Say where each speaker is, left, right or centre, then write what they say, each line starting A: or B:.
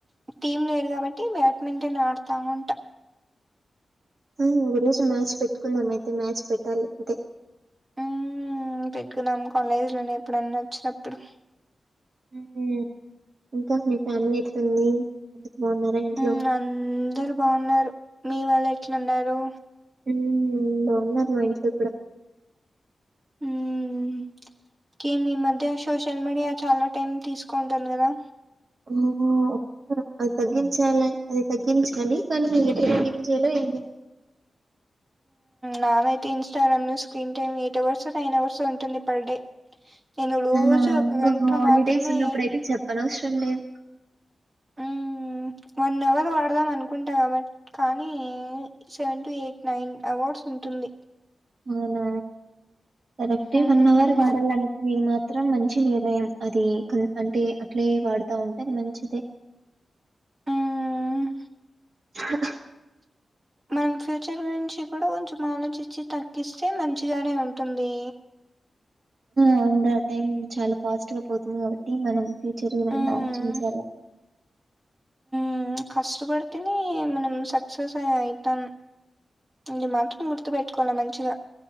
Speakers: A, on the right; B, on the right.
A: టీమ్ లేదు కాబట్టి బ్యాడ్మింటన్ ఆడతా ఉంట
B: ఆ ఒక రోజు మ్యాచ్ పెట్టుకుందాంయితే మ్యాచ్ పెట్టాలి అంతే
A: హుమ్ పెగ్గుదాం కాలేజీలోనే ఎప్పుడన్న వచ్చినప్పుడు
B: హమ్ ఇంకా మీ ఫ్యామిలీ ఎట్లుంది బాగున్నారా ఇంట్లో
A: హమ్ అందరు బాగున్నారు మీ వాల్ ఎట్లున్నారు
B: హమ్ బాగున్నారు మా ఇంట్లో ఇప్పుడ
A: హ్మ్ కి మీ మధ్య సోషల్ మీడియా చాలా టైం తీసుకుంటాను కదా
B: ఓహ్ అది తగ్గించాలి అది తగ్గించాలి కానీ ఎకడ తగ్గించాలో ఏంటి
A: నవైతే ఇన్స్టాగ్రామ్ లో screen time eight hours nine hours ఉంటుంది పర్ డే నేను రోజు
B: ఆ
A: ఒక
B: ఇంకా
A: గంట
B: హాలిడేస్
A: మాత్రమే
B: ఉన్నప్పుడుయితే చెప్పనవసరం లేదు
A: మ్మ్ వన్ అవర్ వాడదాం అనుకుంటా కాబట్ కానీ seven to eight nine hours ఉంట ఉంటుంది
B: అవునా కరెక్టే
A: మ్మ్
B: వన్ అవర్ వాడాలనిది మాత్రం మంచి నిర్ణయం అది అంటే అట్లా అట్లే వాడుతా ఉంటంది మంచిదే
A: మ్మ్
B: హా
A: మనం ఫ్యూచర్ గురించి కూడా కొంచెం ఆలోజ్ ఇచ్చి తగ్గిస్తే మంచిగానే ఉంటుంది
B: హమ్ ఆ టైం చాలా ఫాస్ట్ గా పోతుంది కాబట్టి మనం ఫ్యూచర్ంత
A: హ్మ్
B: ఆలోచించాల
A: హ్మ్మ్, కష్ట పడితేనే మనం సక్సెస్ అయితం. హ్మ్మ్. ఈ మంత్ గుర్తుపెట్టుకోవడం మంచిగా.